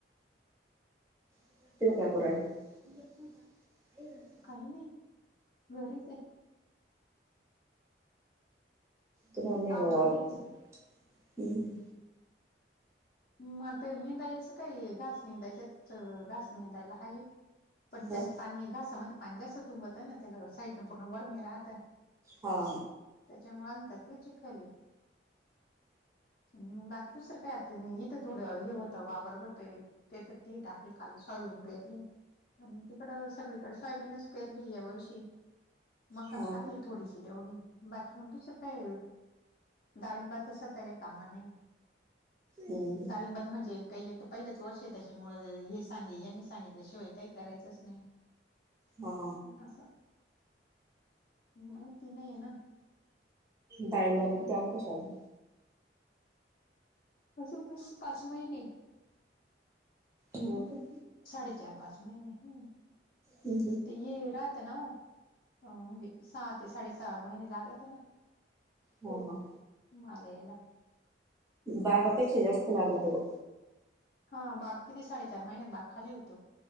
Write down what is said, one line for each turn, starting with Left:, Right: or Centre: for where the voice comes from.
Right: <inaudible>
Left: काही नाही, घरीच हाय.
Right: <unintelligible> बाबा
Left: कामा नाही सु
Right: <unintelligible> हम्म.
Left: म ते निदाइचं काहीये घास निंदाच्यात च घासनी तायला हाई. पण त्यात
Right: ह
Left: पाणी घासामध्ये पाणी जास्त तुंबवतं ना, त्याला साईडन पूर्ण वरमे राहतं.
Right: हा
Left: त्याच्यामुळे म्हणतात लय चिखल हाय. आणि बाकी दुसरं काय? तिने इथं थोडं हे होतं वावर होते त्याचात ती टाकलं काल सोयबीन पेरली. आणि तिकडं सगळीकडे सायबीनच पेरली या वर्षी मकास
Right: हा
Left: टाकली.
Right: का
Left: थोडीशी तेवढी. बाकी मग दुसरं काय, डाळिंबात तर सध्या काही कामा नाही.
Right: हो.
Left: दाळिंबात म्हणजे काही येतं पहिल्याच वर्ष आहे, त्याच्यामुळे हे सांगे यांनी सांगितल्याशिवाय काही करायचंच नाही.
Right: हा.
Left: घसा माहिती नाहीया ना.
Right: डाळिंबाला किती अवकाश हाय अजून?
Left: असू बस पाच महिने
Right: हो का.
Left: साडे चार पाच महिने हम्म
Right: हम्म
Left: ते ये राहताना ओ. अ म्हणजे सहा, ते साडे सहा महिने लागत आहे ना.
Right: हो हा.
Left: माले यायला
Right: बागापेक्षा जास्त लागते ब.
Left: हा बाग किती साडेचार महिन्यात बाग खाली होतो.